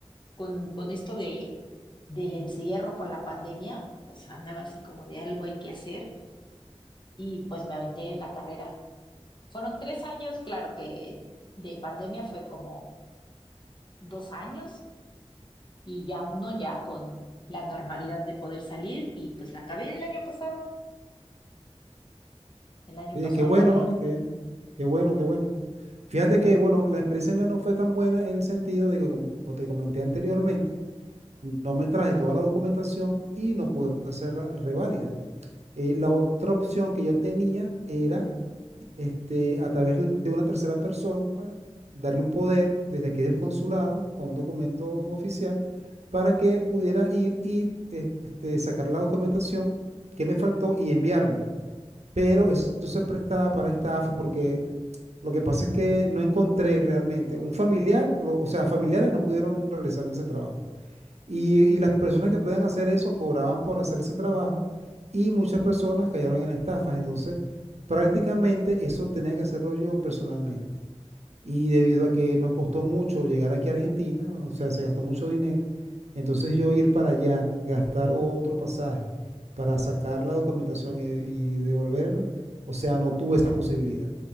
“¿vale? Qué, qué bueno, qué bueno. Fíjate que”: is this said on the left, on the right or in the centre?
Right